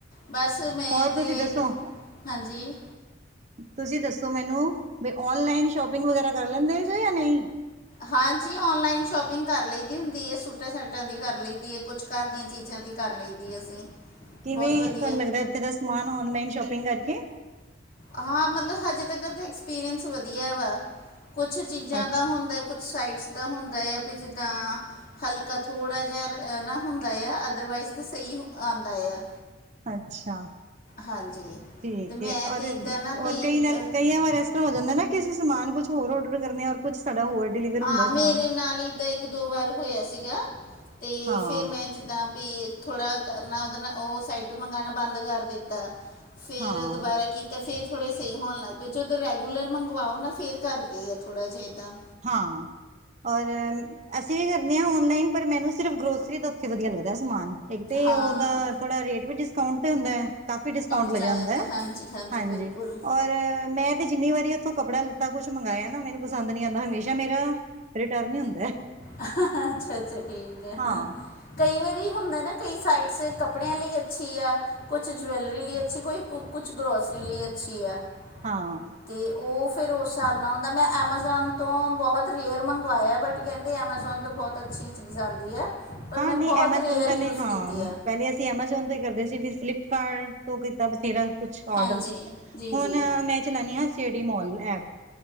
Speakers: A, on the left; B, on the right.
A: ਬਸ ਮੈਂ
B: ਹੋਰ ਤੁਸੀਂ
A: ਤਾਂ
B: ਦੱਸੋ
A: ਹਾਂਜੀ।
B: ਤੁਸੀਂ ਦੱਸੋ ਮੈਨੂੰ ਵੀ ਔਨਲਾਈਨ ਸ਼ੋਪਿੰਗ ਵਗੈਰਾ ਕਰ ਲੈਂਦੇ ਜੇ ਜਾਂ ਨਹੀਂ?
A: ਹਾਂਜੀ, ਔਨਲਾਈਨ ਸ਼ੋਪਿੰਗ ਕਰ ਲਈ ਦੀ ਹੁੰਦੀ ਹੈ, ਸੂਟਾਂ ਸ਼ਟਾਂ ਦੀ ਕਰ ਲਈ ਦੀ ਹੈ। ਕੁਛ ਘਰ ਦੀਆਂ ਚੀਜ਼ਾਂ ਦੀ ਕਰ ਲਈ ਦੀ ਅਸੀਂ
B: ਕਿਵੇਂ
A: ਬਹੁਤ ਵਧੀਆ
B: ਤੁਹਾਨੂੰ ਲੱਗਦਾ, ਉੱਥੇ ਦਾ ਸਮਾਨ ਔਨਲਾਈਨ ਸ਼ੋਪਿੰਗ ਕਰਕੇ।
A: ਹਾਂ ਮਤਲਬ ਹਜੇ, ਤੱਕ ਤਾਂ ਐਕਸਪੀਰੀਅੰਸ ਵਧੀਆ ਵਾ ਕੁਛ ਚੀਜ਼ਾਂ
B: ਅੱਛ
A: ਦਾ ਹੁੰਦਾ। ਕੁਛ ਸਾਈਟਸ ਦਾ ਹੁੰਦਾ, ਆ ਵੀ ਜਿੱਦਾਂ ਹਲਕਾ ਥੋੜ੍ਹਾ ਜਿਹਾ ਨਾ ਹੁੰਦਾ ਆ, ਅਦਰਵਾਈਜ਼ ਤਾਂ ਸਹੀ ਆਉਂਦਾ ਆ।
B: ਅੱਛਾ
A: ਹਾਂਜੀ ਅਤੇ
B: ਠੀਕ
A: ਮੈਂ
B: ਹੈ,
A: ਤਾਂ ਇੱਦਾਂ ਨਾ
B: ਔਰ
A: ਵੀ
B: ਕਈ ਨਾਲ
A: ਅ,
B: ਕਈਆਂ ਵਾਰੀ ਹੋ ਜਾਂਦਾ, ਨਾ ਅਸੀ ਸਮਾਨ ਕੁੱਛ ਹੋਰ ਔਡਰ ਕਰਨੇ ਔਰ ਕੁਛ ਸਾਡਾ ਹੋਰ- ਡਿਲੀਵਰ
A: ਹਾਂ,
B: ਹੁੰਦਾ ਸਮਾਨ
A: ਮੇਰੇ ਨਾਲ ਇੱਦਾ ਇੱਕ ਦੋ ਵਾਰ ਹੋਇਆ ਸੀਗਾ, ਤੇ
B: ਹਾਂ
A: ਫਿਰ ਮੈਂ ਜਿੱਦਾਂ ਵੀ ਥੋੜਾ ਕਰਨਾ, ਉਹਦੇ ਨਾਲ ਉਹ ਸਾਈਡ ਤੋਂ ਮੰਗਾਉਣਾ ਬੰਦ ਕਰ ਦਿੱਤਾ। ਫਿਰ
B: ਹਾਂ
A: ਦੁਬਾਰਾ ਕੀਤਾ। ਤਾਂ ਫਿਰ ਥੋੜ੍ਹੇ ਸਹੀ ਹੋਣ ਲੱਗ ਪਏ, ਜਦੋਂ ਰੈਗੂਲਰ ਮੰਗਵਾਓ ਨਾ ਫਿਰ ਕਰਦੇ ਆ ਥੋੜ੍ਹਾ ਜਿਹਾ ਤਾਂ।
B: ਹਾਂ ਔਰ, ਅਸੀਂ ਵੀ ਕਰਦੇ ਹਾਂ, ਔਨਲਾਈਨ ਪਰ ਮੈਨੂੰ ਸਿਰਫ਼ ਗਰੋਸਰੀ ਦਾ ਉੱਥੇ ਵਧੀਆ ਲੱਗਦਾ, ਸਮਾਨ ਇੱਕ ਤੇ
A: ਹਾਂ
B: ਉਹਦਾ ਥੋੜਾ ਰੇਟ ਵੀ ਡਿਸਕਾਊਂਟ ਤੇ ਹੁੰਦਾ ਹੈ। ਕਾਫ਼ੀ ਡਿਸਕਾਊਂਟ
A: 'ਚ
B: ਲੱਗਿਆ
A: ਆ
B: ਹੁੰਦਾ
A: ਜਾਂਦਾ
B: ਹੈ,
A: ਹਾਂਜੀ
B: ਹਾਂਜੀ
A: ਬਿਲਕੁਲ
B: ਔਰ ਮੈਂ ਕਿ ਜਿੰਨੀ ਵਾਰੀ ਉੱਥੋਂ ਕੱਪੜਾ ਲੱਤਾ ਕੁੱਛ ਵੀ ਮੰਗਾਇਆ ਨਾ, ਮੈਨੁੰ ਪਸੰਦ ਨਹੀ ਆਂਦਾ ਹਮੇਸ਼ਾ ਮੇਰਾ ਰਿਟਰਨ ਹੀ ਹੁੰਦਾ।
A: ਅੱਛਾ- ਅੱਛਾ, ਠੀਕ ਹੈ।
B: ਹਾਂ
A: ਕਈ ਵਾਰੀ ਹੁੰਦਾ ਨਾ, ਕਈ ਸਾਈਡਸ ਕੱਪੜਿਆਂ ਲਈ ਅੱਛੀ ਆ। ਕੁੱਛ ਜਵੈਲਰੀ ਲਈ ਅੱਛੀ, ਕੋਈ ਕੁੱਛ ਗਰੋਸਰੀ, ਲਈ ਅੱਛੀ ਹੈ।
B: ਹਾਂ।
A: ਤੇ ਉਹ ਫੇਰ ਉਸ ਹਿਸਾਬ ਨਾਲ ਹੁੰਦਾ। ਮੈਂ ਐਮਾਜ਼ੋਨ ਤੋਂ, ਬਹੁਤ ਰੇਅਰ ਮੰਗਵਾਇਆ। ਬਟ ਕਹਿੰਦੇ ਐਮਾਜ਼ੋਨ ਤੋਂ, ਬਹੁਤ ਅੱਛੀ ਚੀਜ਼ ਆਉਂਦੀ ਹੈ। ਪਰ
B: ਹਾਂ,
A: ਮੈਂ
B: ਨਹੀਂ
A: ਬਹੁਤ
B: ਐਮਾਜ਼ੋਨ
A: ਰੇਅਰ
B: ਪਹਿਲੇ,
A: ਯੂਜ਼
B: ਹਾਂ।
A: ਕੀਤੀ ਹੈ
B: ਪਹਿਲੇ ਅਸੀ ਐਮਾਜੋਨ, ਤੋਂ ਹੀ ਕਰਦੇ ਸੀ। ਫੇਰ ਫਲਿਪਕਾਰਟ ਤੋਂ, ਕੀਤਾ ਬਥੇਰਾ ਕੁੱਛ।
A: ਹਾਂਜੀ
B: ਓਡਰ,
A: ਜੀ
B: ਹੁਣ
A: ਜੀ
B: ਮੈਂ ਚਲਾਣੀ ਹਾਂ। City mall app.